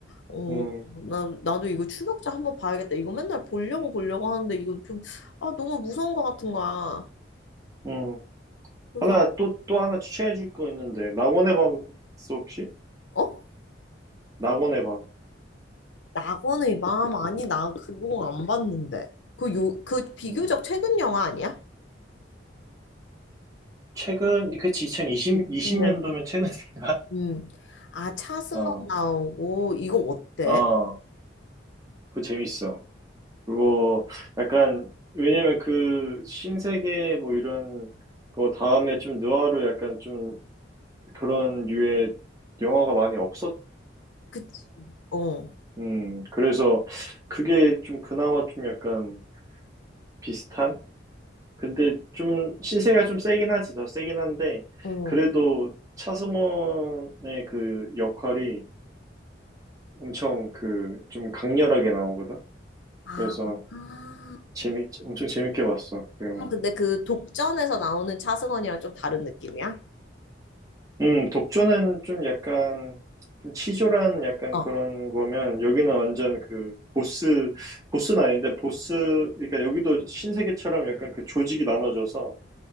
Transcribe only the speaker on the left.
어,
나, 나도 이거 추격자 한번 봐야겠다. 이거 맨날 보려고 보려고 하는데 이거 좀 아, 너무 무서운 것 같은 거야.
그래서
어?
낙원의 마음 아니 나 그거 안 봤는데. 그 요 그 비교적
최근 영화 아니야?
20년이.
음. 아, 차승원
나오고 이거 어때?
그치. 어.
어.
아.
아.
아, 근데 그 독전에서 나오는 차승원이랑 좀 다른 느낌이야?
어, 어,